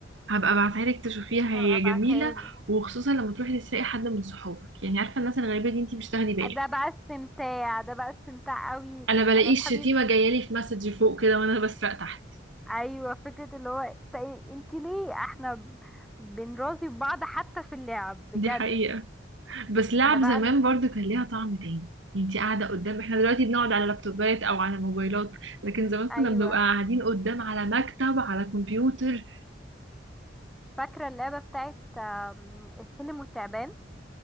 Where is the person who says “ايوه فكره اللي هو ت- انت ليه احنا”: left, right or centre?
Centre